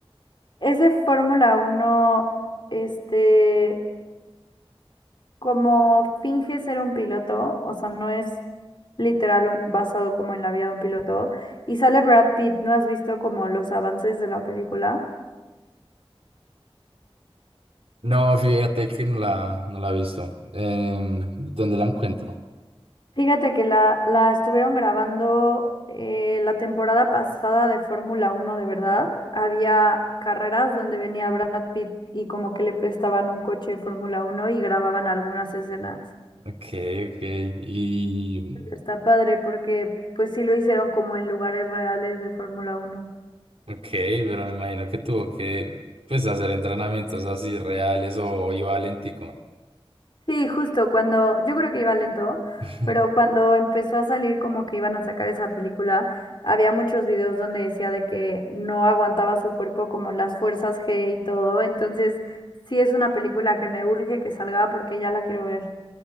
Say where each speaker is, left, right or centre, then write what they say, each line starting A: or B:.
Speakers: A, on the left (about 55°); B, on the right (about 80°).
A: Es de Fórmula uno. este, como finge ser un piloto, o sea, no es literal un- basado como en la vida de un piloto. Y sale Brad Pitt, ¿no has visto como los avances de la película?
B: No, fíjate que no la, no la he visto. Em, ¿dónde la encuentro?
A: Fíjate que la, la estuvieron grabando eh, la temporada pasada de Fórmula Uno, de verdad. Había carreras donde venía Brad Pitt y como que le prestaban un coche de Fórmula Uno y grababan algunas escenas.
B: Ok, ok. Y,
A: Está padre porque pues sí lo hicieron como en lugares reales de Fórmula Uno.
B: ok, pero me imagino que tuvo que, pues, hacer entrenamientos así reales o iba al Éntico.
A: Sí, justo cuando, yo creo que iba lento,
B: <laughs>
A: pero cuando empezó a salir como que iban a sacar esa película, había muchos videos donde decía de que no aguantaba su cuerpo como las fuerzas G y todo, entonces sí es una película que me urge que salga porque ya la quiero ver.